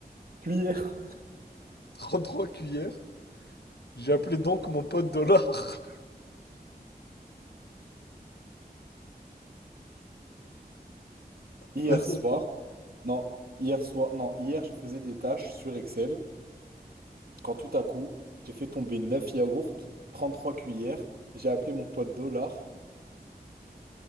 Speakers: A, on the right (about 65°); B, on the left (about 85°).
A: Cuillères.
B: 33 cuillères. J'ai appelé donc mon pote Dollar. <laughs>
A: Hier
B: Vas-y,
A: soir,
B: attends.
A: non, hier soir, non, hier, je faisais des tâches sur Excel, quand tout à coup, j'ai fait tomber 9 yaourts, 33 cuillères, j'ai appelé mon pote Dollar